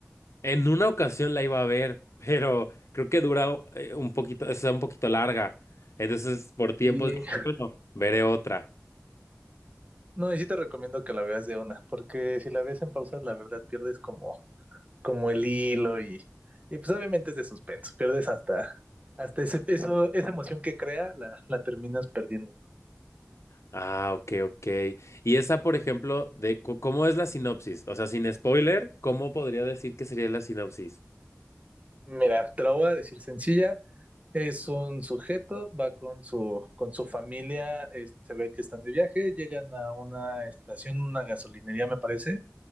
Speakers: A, on the left; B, on the right.
A: en una ocasión la iba a ver, <laughs> pero creo que dura eh, un poquito, es un poquito larga. Entonces, por tiempos
B: Y-
A: dije,
B: <laughs>
A: bueno, veré otra.
B: no, y sí te recomiendo que la veas de una, porque si la ves en pausas, la verdad pierdes como, como el hilo y, y pues obviamente es de suspenso, pierdes hasta, hasta ese, eso, esa emoción que crea, la, la terminas perdiendo.
A: Ah, ok, ok. Y esa, por ejemplo, de cu- cómo es la sinopsis, o sea, sin spoiler, ¿cómo podría decir que sería la sinopsis?
B: Mira, te lo voy a decir sencilla. Es un sujeto, va con su, con su familia, es- se ve que están de viaje, llegan a una estación, una gasolinería me parece,